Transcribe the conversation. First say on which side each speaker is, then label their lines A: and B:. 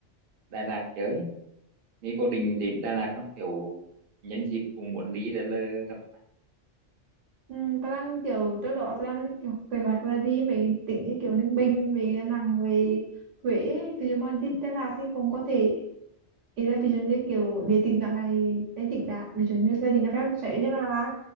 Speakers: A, on the right (about 55°); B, on the right (about 75°).
A: Đà Lạt chơi. Mỹ có định đến Đà Lạt trong kiểu nhân dịp cùng muốn đi rồi là gặp mặt.
B: Ừ, tao đang kiểu trước đó tao đang kiểu kế hoạch là đi mấy tỉnh như kiểu Ninh Bình về Đà Nẵng về Huế ấy. ví dụ mà đi Đà Lạt thì cũng có thể ý là ví dụ như kiểu để tỉnh đoạn này để tỉnh đã ví dụ như gia đình cho phép sẽ đi Đà Lạt